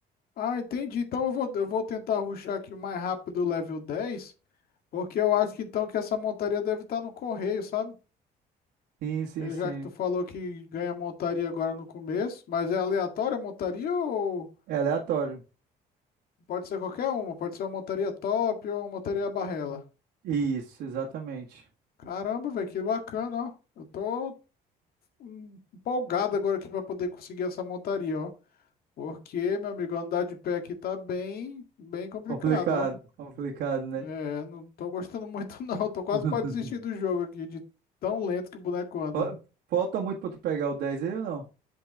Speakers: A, on the left; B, on the right.
A: Ah, entendi. Então eu vou, eu vou tentar rushar aqui o mais rápido o level 10, porque eu acho que então que essa montaria deve estar no correio, sabe?
B: Sim, sim,
A: Porque
B: sim.
A: já que tu falou que ganha montaria agora no começo, mas é aleatória a montaria ou
B: É aleatório.
A: pode ser qualquer uma? Pode ser uma montaria top ou uma montaria barrela?
B: Isso, exatamente.
A: Caramba, velho, que bacana, ó. Eu tô hum, empolgado agora aqui pra poder conseguir essa montaria, ó. Porque, meu amigo, andar de pé aqui tá bem, bem complicado,
B: Complicado,
A: ó.
B: complicado, né?
A: É, não tô gostando muito, <laughs> não. Tô quase
B: <laughs>
A: pra desistir do jogo aqui, de tão lento que o boneco anda.
B: Fa- Falta muito pra tu pegar o 10 aí ou não?